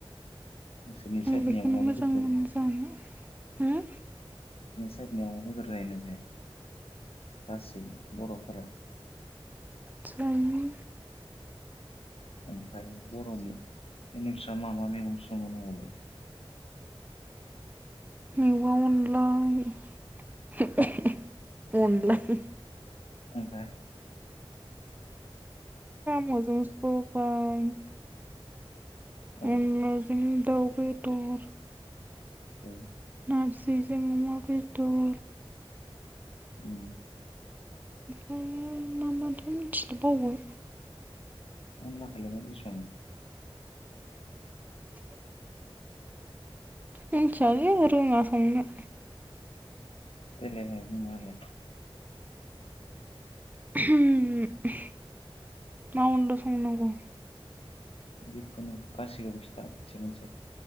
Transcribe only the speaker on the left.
नोंसोरनि
साइडनि
अमा
बेदरखौ
साइद निया अमा बेदर जायोना जाया गासिबो बर'फोरा?
ओमफाय बर'नि ए नोंस्रा मा मा मेगं सङो न'आवलाय?
ओमफाय
औ
औ
उम
अनलाखोलाय मादि सङो?
देलायलाय बाय बुंना होलाय
जिखुनु गासैखोबो खिथा मोनसे मोनसे